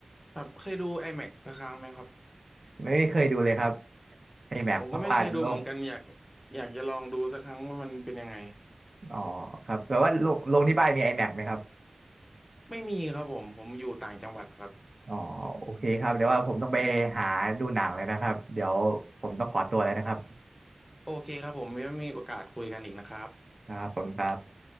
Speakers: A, on the left; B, on the right.
A: ครับเคยดู iMac สักครั้งไหมครับ
B: ไม่เคยดูเลยครับไอแม็กเพราะว่าโรง
A: ผมก็ไม่เคยดูเหมือนกันอยากอยากจะลองดูสักครั้งว่ามันเป็นยังไง
B: อ๋อครับแบบว่าโรงโรงที่บ้านมีไอแม็กไหมครับ
A: ไม่มีครับผมผมอยู่ต่างจังหวัดครับ
B: อ๋อโอเคครับเดี๋ยวว่าผมต้องไปหาดูหนังเลยนะครับเดี๋ยวผมต้องขอตัวแล้วนะครับ
A: โอเคครับผมยังมีโอกาสคุยกันอีกนะครับ
B: ครับผมครับ